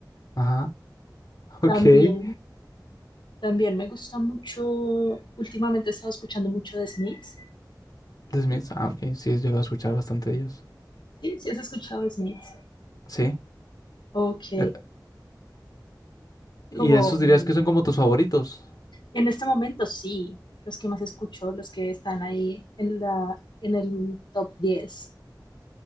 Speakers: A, on the left; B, on the left.
A: Ajá. <laughs> Ok.
B: también. También me gusta mucho, últimamente he estado escuchando mucho de Smiths.
A: The Smiths. Ah, ok. Sí, llego a escuchar bastante de ellos.
B: Sí, sí has escuchado de Smiths.
A: Sí.
B: Ok,
A: Eh, y
B: como
A: esos dirías
B: mm,
A: que son como tus favoritos.
B: en este momento sí, los que más escucho, los que están ahí en la, en el top diez